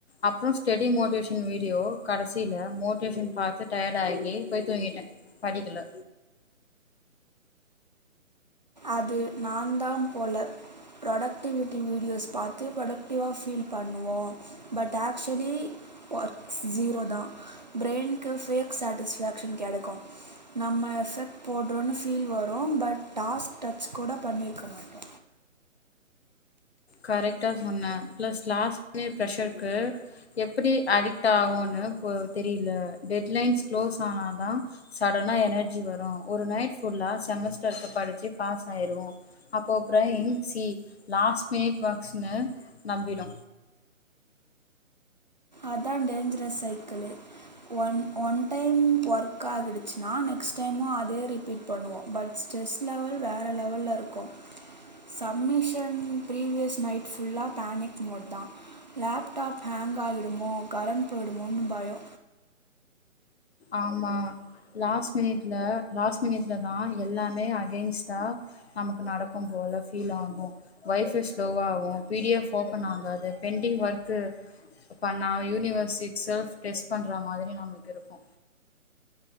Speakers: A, on the left; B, on the right.
A: அப்றோ ஸ்டெடி மோட்டிவேஷன் வீடியோ கடசில மோட்டிவேஷன் பாத்து டயர்ட் ஆகி போய் தூங்கிட்டே படிக்கல
B: அது நா தா போல ப்ரொடக்டிவிட்டி வீடியோஸ் பாத்து ப்ரொடக்டிவா ஃபீல் பண்ணுவோ பட் ஆக்சுவலி ஒர்க்ஸ் ஜஸீரோ தா பிரெய்ன்கு ஃபேக் சாட்டிஸ்ஃபேக்ஷன் கெடக்கு நம்ம எஃபெக்ட் போடுறோனு ஃபீல் வரு பட் டாஸ்க் டச் கூட பண்ணியிருக்க மாட்டோ
A: கரெக்டா சொன்னே பிளஸ் லாஸ்டே ப்ஷர்கு எப்டி அடிக்ட் ஆகுனு தெரியல டெட் லைன்ஸ் க்ளோஸ் ஆனாதா சடனா எனர்ஜி வரு ஒரு நைட் ஃபுல்லா செமஸ்டருக்கு படிச்சு பாஸ் ஆயிருவோ அப்போ ப்ரைன் சி லாஸ் மேட் பாக்ஸ்னு நம்பிடு
B: அதா dangerous cycle one one time work ஆகிடுச்சுனா நெக்ஸ்ட் டைமு அதே ரிப்பீட் பண்ணுவோ பட் ஸ்ட்ரெஸ் லெவல் வேற லெவல்ல இருக்கு சம்மிஷன் ப்ரீவியஸ் நைட் ஃபுல்லா பேனிக் மோட் தா லேப்டாப் ஹேங் ஆகி டுமோ கரண்ட் போயிடுமோனு பயோ
A: ஆமா லாஸ்ட் மினிட்ல லாஸ்ட் மினிட்ல தா எல்லாமே அகென்ஸ்ட்டா நமக்கு நடக்கு போல ஃபீல் ஆகு ஒய்ஃபை ஸ்லோவாகு பிடிஎஃப் ஓப்பன் ஆகாது பெண்டிங் ஒர்க்கு பண்ணா யூனிவர்ஸ்ட் செல்ஃப் டெஸ்ட் பண்ணுற மாரி நம்மளுக்கு இருக்கு